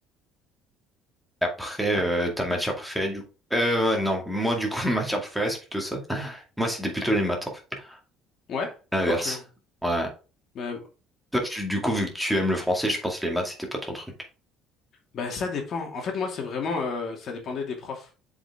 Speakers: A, in the centre; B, on the left.
A: Après, euh, ta matière préférée, du coup. Euh, ouais, non, moi, du coup, <laughs> ma matière préférée, c'est plutôt ça. Moi, c'était plutôt les maths, en fait.
B: Ouais?
A: L'inverse.
B: Ok.
A: Ouais.
B: Bah,
A: Toi, tu- du coup, vu que tu aimes le français, je pense que les maths, c'était pas ton truc.
B: bah, ça dépend. En fait, moi, c'est vraiment, euh, ça dépendait des profs.